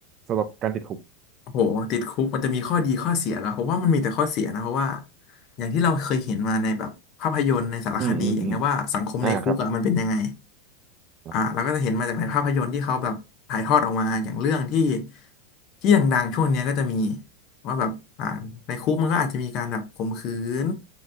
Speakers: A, on the right; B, on the left.
A: สำหรับการติดคุก
B: โหติดคุกมันจะมีข้อดีข้อเสียหรอผมว่ามันมีแต่ข้อเสียนะเพราะว่าอย่างที่เราเคยเห็นมาในแบบภาพยนตร์ในสารคดีอย่างเงี้ยว่าสังคมในคุกอะมันเป็นยังไง
A: อืมอืมอืมอ่าครับครับ
B: อ่าเราก็จะเห็นมาจากในภาพยนตร์ที่เขาแบบถ่ายทอดออกมาอย่างเรื่องที่ที่ดังๆช่วงเนี้ยก็จะมีว่าแบบอ่าในคุกมันก็อาจจะมีการแบบข่มขืน